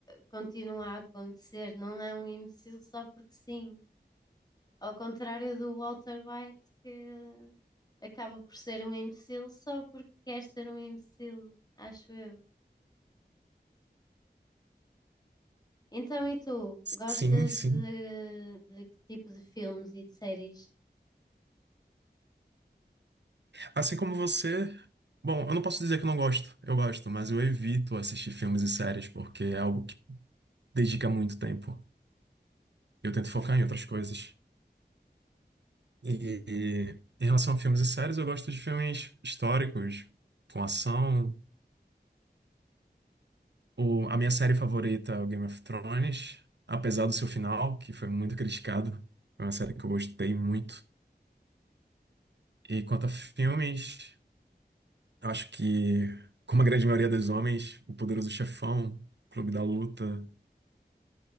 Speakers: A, on the left (about 20°); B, on the right (about 85°).
A: continua a acontecer. Não é um imbecil só porque sim. Ao contrário do Walter White, que acaba por ser um imbecil só porque quer ser um imbecil, acho eu. Então, e tu? Gostas
B: Sim, sim.
A: de, de que tipo de filmes e de séries?
B: Assim como você. Bom, eu não posso dizer que eu não gosto. Eu gosto, mas eu evito assistir filmes e séries porque é algo que dedica muito tempo. Eu tento focar em outras coisas. E em relação a filmes e séries, eu gosto de filmes históricos, com ação. O, a minha série favorita é o Game of Thrones, apesar do seu final, que foi muito criticado. É uma série que eu gostei muito. E quanto a filmes, eu acho que, como a grande maioria dos homens, O Poderoso Chefão, Clube da Luta,